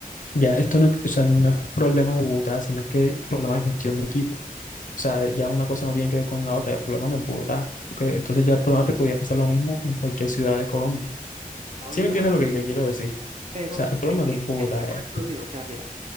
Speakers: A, on the left; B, on the right.
A: ya esto no, o sea, no es problema de Bogotá, sino que problema de gestión de equipo. O sea, ya una cosa no tiene que ver con la otra, el problema no es Bogotá, porque entonces ya el problema te podría pasar lo mismo en cualquier ciudad de Colombia.
B: no
A: ¿Sí
B: lo digo,
A: me entiendes
B: pero
A: lo que te quiero decir?
B: pero
A: O sea, el problema
B: es que,
A: no es Bogotá
B: es que por
A: ya.
B: eso lo digo, o sea, mira,